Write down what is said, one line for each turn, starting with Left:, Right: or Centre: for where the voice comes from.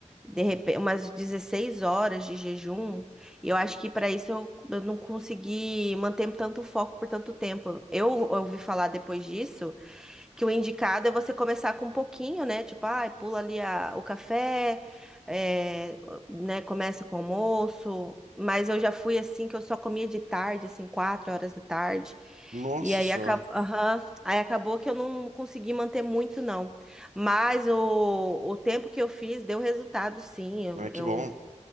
Centre: de repente umas 16 horas de jejum, e eu acho que para isso eu, eu não consegui manter tanto foco por tanto tempo. eu ouvi falar depois disso que o indicado é você começar com um pouquinho, né? Tipo, ai, pula ali a- o café, é, né? Começa com o almoço. Mas eu já fui assim que eu só comia de tarde, assim, quatro horas da tarde.
Right: Nossa
Centre: E aí,
Right: senhora.
Centre: acab... aham. Aí acabou que eu não consegui manter muito, não. Mas o, o tempo que eu fiz deu resultado, sim. Eu,
Right: Ai, que
Centre: eu,
Right: bom.